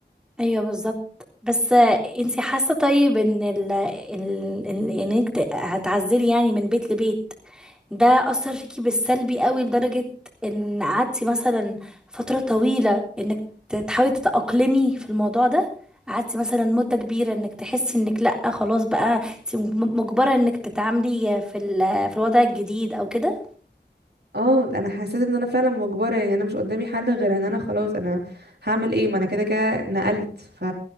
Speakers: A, in the centre; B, on the right.
A: ايوه بالظبط بس آه انتي حاسه طيب ان ال ال- ال- انك ت- هتعزلي يعني من بيت لبيت ده أثر فيكي بالسلبي قوي لدرجة إن قعدتي مثلا فترة طويلة إنك ت- تحاولي تتأقلمي في الموضوع ده قعدتي مثلا مدة كبيرة إنك تحسي إنك لأ خلاص بقى انت م- مجبرة إنك تتعاملي في ال- في الوضع الجديد أو كده
B: اه انا حسيت ان انا فعلا مجبره يعني انا مش قدامي حل غير ان انا خلاص انا هعمل ايه ما انا كده كده نقلت ف...